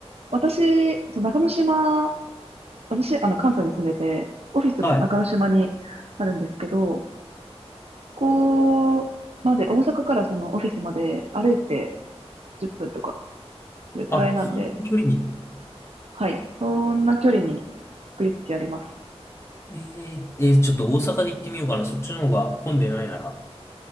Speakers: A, on the right (about 70°); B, on the left (about 25°).
A: 私、そう中之島、私、あの、関西に住んでて、オフィスも中之島にあるんですけど、
B: はい。
A: ここまで、大阪からそのオフィスまで歩いて10分とか、それくらいなんで、
B: あ、そんな距離に。
A: はい、そんな距離にグリッチあります。
B: えええーちょっと大阪で行ってみようかな。そっちの方が混んでないなら。